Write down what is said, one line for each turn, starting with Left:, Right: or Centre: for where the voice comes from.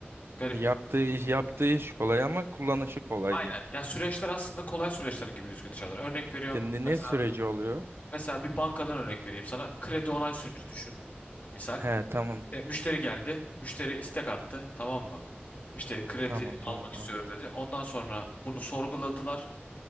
Left: Garip.
Right: Yaptığı iş yaptığı iş kolay ama kullanışı kolay
Left: Aynen.
Right: diyorsun.
Left: Ya süreçler aslında kolay süreçler gibi gözüküyor dışarıdan. Örnek veriyorum.
Right: Ne,
Left: Mesela,
Right: ne süreci oluyor?
Left: mesela bir bankadan örnek vereyim sana. Kredi onay süreci düşün. Misal.
Right: He tamam.
Left: E, müşteri geldi. Müşteri istek attı. Tamam mı? İşte kredi
Right: Tamam tamam
Left: almak istiyorum
Right: anladım.
Left: dedi. Ondan sonra bunu sorguladılar.